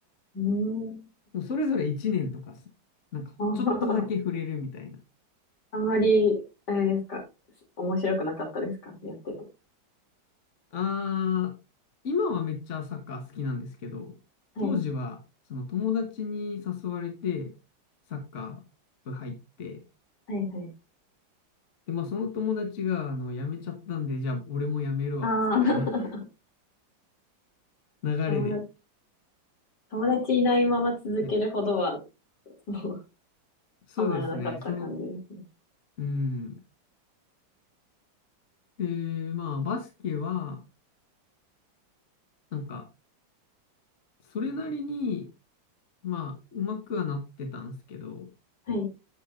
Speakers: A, on the left (about 60°); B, on the left (about 45°).
A: う。うーん。
B: それぞれ1年とかす。なんか、
A: <laughs>
B: ちょっとだけ触れるみたいな。
A: あんまり、あれですか、面白くなかったですかやってて。
B: あー、今はめっちゃサッカー好きなんですけど、
A: はい。
B: 当時は、その友達に誘われて、サッカー部入って、
A: はいはい。
B: で、まあその友達が、あの、辞めちゃったんで、じゃあ俺も辞めるわ、
A: ああ、
B: つって、<laughs> 流れで、
A: <laughs> 友達、友達いないまま続けるほどは、
B: はい
A: <laughs> もう、
B: そうですね。
A: はまらなかった感じですね。
B: その、うん。で、まあ、バスケは、なんか、それなりに、まあ、うまくはなってたんですけど、
A: はい。